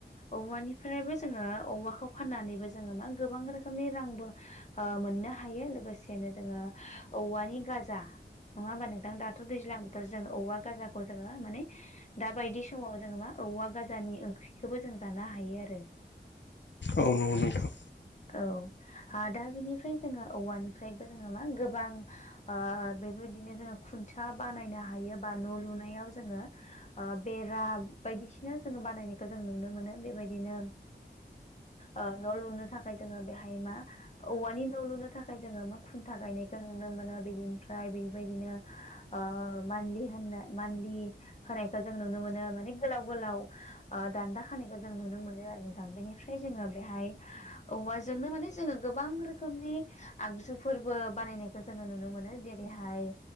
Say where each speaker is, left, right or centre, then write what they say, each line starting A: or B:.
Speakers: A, on the left (about 40°); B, on the left (about 75°).
A: औवानिफ्रायबो जोङो औवाखौ फाननानैबो जोङो मा गोबां रोखोमनि रांबो ओ मोननो हायो लोगोसेनो जोङो औवानि गाजा नङा होमबा नोंथां दाथ' दैज्लां बोथोर जोङो औवा गाजाखौ जोङो माने दा बायदि समाव जोङो मा औवा गाजानि ओंख्रिखौबो जों जानो हायो आरो
B: औ नंगौ नोंथां।
A: औ आ दा बिनिफ्राय जोङो औवानिफ्रायबो जोङो मा गोबां ओ बेबायदिनो जोङो खुन्थिया बानायनो हायो बा न' लुनायाव जोङो ओ बेरा बायदिसिना जोङो बानायनायखौ जों नुनो मोनो बेबायदिनो अ न' लुनो थाखाय जोङो बेहाय मा औवानि न' लुनो थाखाय जोङो मा खुन्था गायनायखौ नुनो मोनो बिदि फ्राय बेबायदिनो ओ मान्थलि होननो मान्थलि होनायखौ जों नुनो मोनो माने गोलाव गोलाव ओ दान्दा होनायखौ जों नुनो मोनो आरो नोंथां फ्राय जोङो बेहाय औवाजोंनो माने जोङो गोबां रोखोमनि आगजु फोरबो बानायनायखौ जोङो नुनो मोनो जेरैहाय